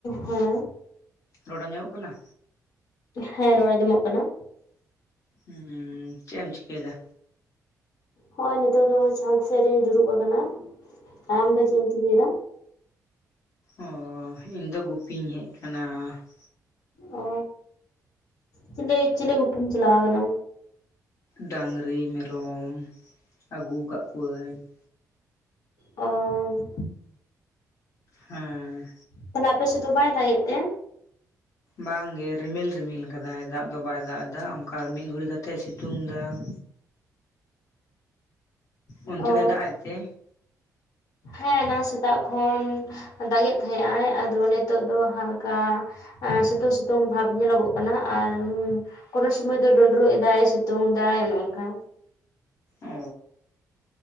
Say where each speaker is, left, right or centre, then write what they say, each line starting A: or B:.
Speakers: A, on the left; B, on the left.
A: ᱦᱮᱸ᱾
B: ᱨᱚᱲ ᱟᱸᱡᱚᱢᱚᱜ ᱠᱟᱱᱟ?
A: ᱦᱮᱸ ᱨᱚᱲ ᱟᱸᱡᱚᱢᱚᱜ ᱠᱟᱱᱟ᱾
B: ᱦᱩᱸ ᱪᱮᱜ ᱮᱢ ᱪᱤᱠᱟᱹᱭᱫᱟ?
A: ᱦᱚᱸᱜᱼᱚᱭ ᱱᱤᱛᱚᱜ ᱫᱚ ᱪᱷᱟᱸᱫᱽ ᱥᱮᱜ ᱨᱮᱧ ᱫᱩᱲᱩᱵ ᱟᱠᱟᱱᱟ᱾ ᱟᱨ ᱟᱢ ᱫᱚ ᱪᱮᱜ ᱮᱢ ᱪᱤᱠᱟᱹᱭᱫᱟ?
B: ᱚ ᱤᱧ ᱫᱚ ᱜᱩᱯᱤᱧ ᱦᱮᱡ ᱟᱠᱟᱱᱟ ᱾
A: ᱚ ᱪᱤᱞᱤ ᱪᱤᱞᱤ ᱜᱩᱯᱤᱢ ᱪᱟᱞᱟᱣ ᱠᱟᱱᱟ?
B: ᱰᱟᱹᱝᱨᱤ, ᱢᱮᱨᱚᱢ ᱟᱹᱜᱩᱣ ᱠᱟᱜ ᱠᱚᱣᱟᱹᱧ ᱾
A: ᱚᱸ
B: ᱦᱮᱸ᱾
A: ᱛᱟᱦᱞᱮ ᱟᱯᱮ ᱥᱮᱫ ᱫᱚ ᱵᱟᱭ ᱫᱟᱜᱮᱫ ᱛᱮ?
B: ᱵᱟᱝᱜᱮ ᱨᱤᱢᱤᱞ ᱨᱤᱢᱤᱞ ᱠᱟᱫᱟᱭ ᱫᱟᱜ ᱫᱚ ᱵᱟᱭ ᱫᱟᱜᱫᱟ ᱚᱝᱠᱟ ᱢᱤᱜ ᱜᱷᱩᱲᱤ ᱠᱟᱛᱮᱜ ᱥᱤᱛᱩᱝᱫᱟ ᱾ ᱚᱱᱛᱮ
A: ᱚ
B: ᱫᱚᱭ ᱫᱟᱜ ᱮᱫ ᱛᱮ?
A: ᱦᱮᱸ ᱚᱱᱟ ᱥᱮᱛᱟᱜ ᱠᱷᱚᱱ ᱫᱟᱜᱮᱫ ᱛᱟᱦᱮᱸᱜ ᱟᱭ ᱟᱫᱚ ᱱᱤᱛᱚᱜ ᱫᱚ ᱦᱟᱞᱠᱟ ᱟᱸ ᱥᱤᱛᱩᱝ ᱥᱤᱛᱩᱝ ᱵᱷᱟᱵᱽ ᱧᱮᱞᱚᱜᱚᱜ ᱠᱟᱱᱟ ᱟᱨ ᱠᱚᱱᱳ ᱥᱚᱢᱚᱭ ᱫᱚ ᱰᱩᱸᱰᱨᱩᱜ ᱮᱫᱟᱭ ᱥᱤᱛᱩᱝ ᱮᱫᱟᱭ ᱚᱱᱮ ᱚᱝᱠᱟ᱾
B: ᱚ